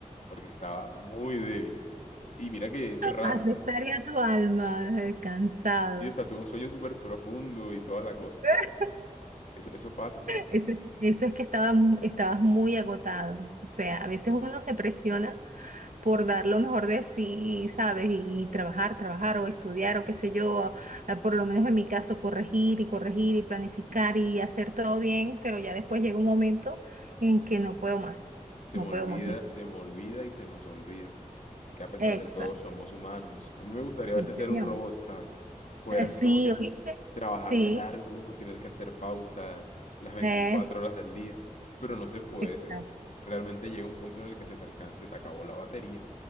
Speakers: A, on the left (about 70°); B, on the right (about 85°).
A: porque estaba muy débil. Y mira que es raro,
B: Has de tu alma eh, cansado.
A: Sí, o sea, tuve un sueño súper profundo y toda la cosa.
B: <laughs>
A: Eso, eso pasa, ¿sabes?
B: Eso, eso es que estaba, mu- estabas muy agotado. O sea, a veces uno se presiona por dar lo mejor de sí, ¿sabes? Y, trabajar, trabajar o estudiar o qué sé yo, a- por lo menos en mi caso, corregir y corregir y planificar y hacer todo bien, pero ya después llega un momento en que no puedo más,
A: Se
B: no
A: me olvida,
B: puedo más. necesito-
A: se me olvida y se nos olvida que a pesar
B: Exacto,
A: de todo somos humanos. A mí me gustaría
B: sí,
A: a veces
B: señor.
A: ser un robot, ¿sabes? Poder
B: Eh,
A: así
B: Sí,
A: como que
B: ¿oíste?
A: trabajar
B: Sí,
A: de largo, no tener que hacer pausas las veinticuatro
B: eh,
A: horas del día, pero no se puede.
B: exacto.
A: Realmente llega un punto en el que se te alcan- se te acabó la batería.